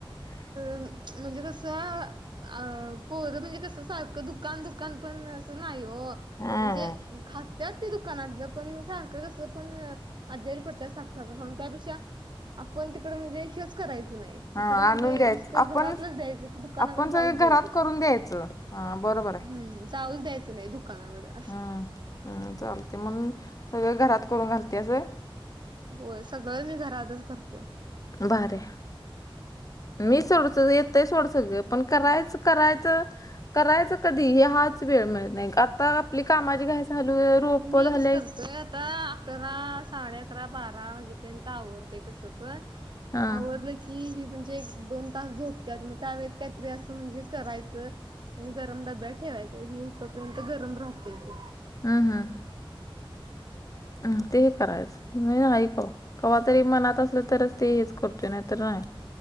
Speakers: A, on the left; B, on the right.
A: हम्.
B: अ म्हणजे कसं? अ पोर म्हणजे कस सारखं दुकान दुकान पण असं नाही हो.
A: हम्म
B: म्हणजे खातात ते दुकानातलं पण सारखं कसं पण आजेरी पडत. त्यापेक्षा आपण तिकड म्हणजे हेच करायचं नाही. तिकड
A: हा
B: म्हणजे
A: आणून द्यायचं
B: नुसत घरातलंच
A: आपण
B: द्यायचं की दुकानाकडे
A: आपण सगळ
B: जाऊच द्यायचं
A: घरात करून द्यायचं हा बरोबर आहे.
B: म् ऊस द्याचं नाही दुकानाकडं
A: हम्म हम्म चालते मग सगळं घरात करून घालते असं.
B: होय सगळं मी घरातच करतोय.
A: बर. मी सोड येतय सोड सगळ पण करायचं करायचं. करायचं कधी हे हाच वेळ मिळत नाही आता आपली कामाची घाय झालू रोप
B: मी
A: झालेय.
B: कसं करतोय आता अकरा साडे अकरा बारा वाजेपर्यंत आवरडते कसं पण
A: हं.
B: आवरलं की म्हणजे दोन तास झोपत मग त्या व काहीतरी असं म्हणजे करायचं. आणि गरम डब्या ठेवायचं हेि उठपर्यंत गरम राहते ते
A: हम हम. हम तेही करायचं मी ऐकव कव्हा तरी मनात असलं तर ते हेच करतो नाही तर नाही